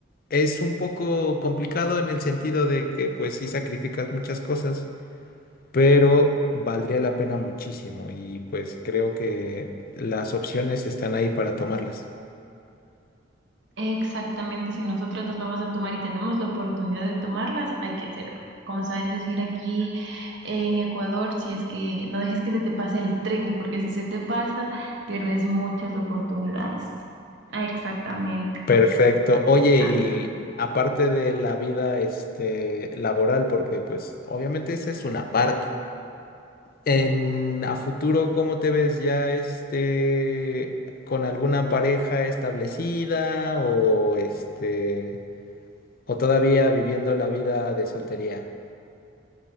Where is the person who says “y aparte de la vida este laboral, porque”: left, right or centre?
Left